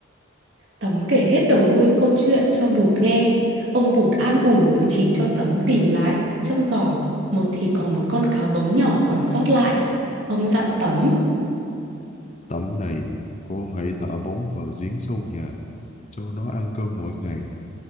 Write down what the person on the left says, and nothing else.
Tấm này, con hãy thả bóng vào giếng sâu nhà, cho nó ăn cơm mỗi ngày.